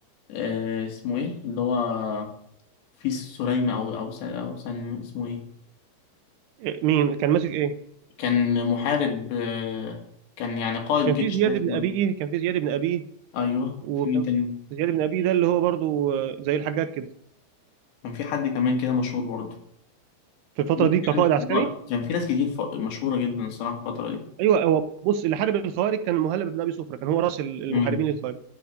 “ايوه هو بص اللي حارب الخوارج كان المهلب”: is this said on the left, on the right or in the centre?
Right